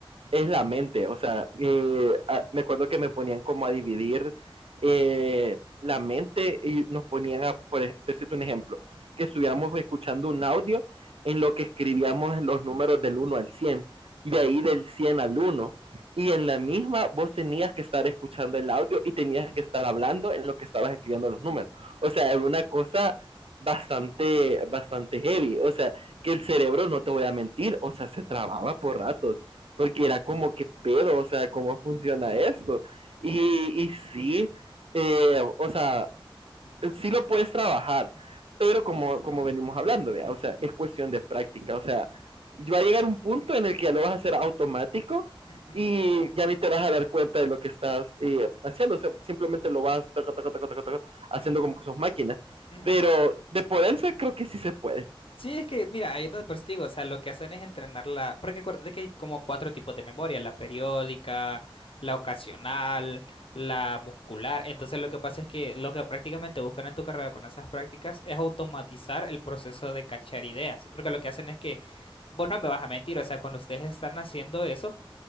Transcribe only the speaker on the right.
es la mente, o sea, eh,
a- me acuerdo que me ponían como a dividir eh, la mente y nos ponían a, por decirte un ejemplo, que estuviéramos escuchando un audio en lo que escribíamos los números del uno al 100 y de ahí del 100 al uno y en la misma vos tenías que estar escuchando el audio y tenías que estar hablando en lo que estabas escribiendo los números. O sea, era una cosa bastante, bastante heavy. O sea, que el cerebro, no te voy a mentir, o sea, se trababa por ratos, porque era como que pedo, o sea, cómo funciona esto. Y, y sí, eh, o sea, sí lo puedes trabajar, pero como, como venimos hablando, ¿vea? o sea, es cuestión de práctica, o sea, va a llegar un punto en el que ya lo vas a hacer automático
y ya ni te vas a dar cuenta de lo que estás eh, haciendo, o sea, simplemente lo vas taca, taca, taca, taca, taca, haciendo como que sos máquina,
pero de poderse creo que sí se puede.